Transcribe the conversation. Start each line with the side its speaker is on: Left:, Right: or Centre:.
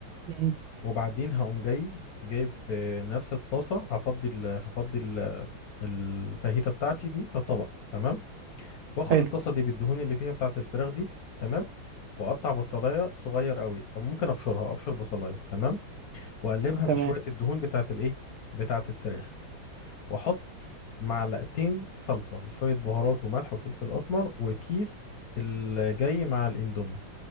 Right: مم.
Left: وبعدين هقوم جاي جايب في نفس الطاسة هفضي ال... هفضي ال... الفاهيتة بتاعتي دي في طبق تمام واخد
Right: حلو
Left: الطاسة دي بالدهون اللي فيها بتاعة الفراخ دي تمام واقطع بصلاية صغير قوي او ممكن ابشرها ابشر بصلاية تمام واقلبها في
Right: تمام
Left: شوية الدهون بتاعة الايه بتاعة الفراخ واحط معلقتين صلصة وشوية بهارات وملح وفلفل اسمر وكيس الجاي مع الاندومي